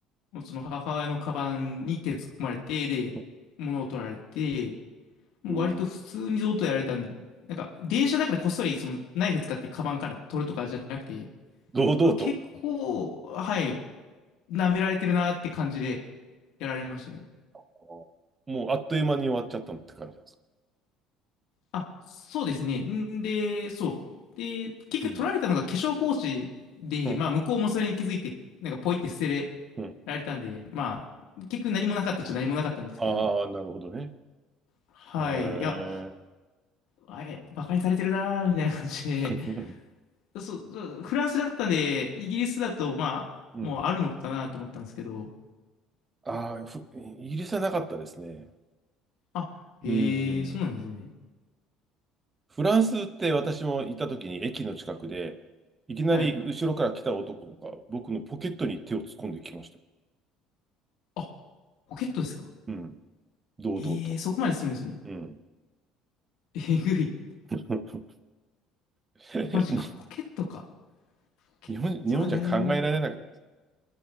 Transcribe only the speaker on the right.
うん
ええ
堂々と。
あもう、あっという間に終わっちゃったって感じなんですか。
うん。うん。
うん
ああ、なるほどね。
へえ。
<laughs>
うん。
ああ、ふイギリスはなかったですね。
うん。
フランスって私もいた時に駅の近くで、いきなり後ろから来た男が僕のポケットに手を突っ込んできましたよ。
うん。堂々と。
うん。
<laughs> に
日本、日本じゃ考えられなくないですか。